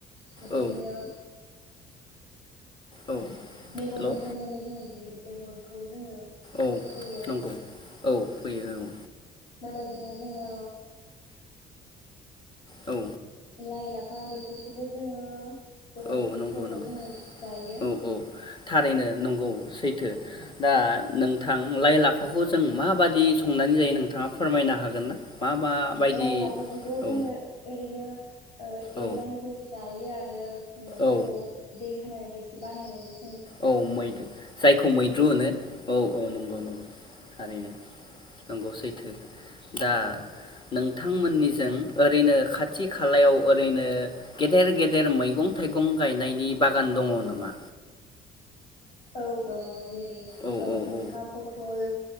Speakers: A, on the left (about 45°); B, on the left (about 25°).
A: बेबायदिनो
B: औ औ
A: बेगरनिफ्राय
B: हेल'
A: मोनो जोंनि बेगरखौ जोङो
B: औ
A: फोयो
B: नंगौ औ फोयो औ
A: बेबायदिनो जोङो
B: औ
A: लाइ लाफा बेफोरखौबो जोङो गरम
B: औ
A: बोथोरफ्रावबो
B: नंगौ नंगौ
A: जोङो जायो
B: औ औ थारैनो नंगौ सैथो दा नोंथां लाइ लाफाखौ जों माबाददि संनानै जायो नोंथाङा फोरमायनो हागोन ना मा मा बायदि
A: लाइ लाफाखौथ' जोङो
B: औ
A: ओरैनो ओ एवनानैबो
B: औ
A: जायो आरो आरो जोङो बेखौ
B: औ
A: दै होनानै रोसि बानायनाबो
B: औ मैद्रु जायखौ मैद्रु होनो औ औ नंगौ <unintelligible> नंगौ सैथो दा नोंथांमोननिजों ओरैनो खाथि खालायाव ओरैनो गेदेर गेदेर मैगं थाइगं गायनायनि बागान दङ नामा
A: औ दङ जेरै ओ
B: औ
A: जिंखा
B: औ
A: पथल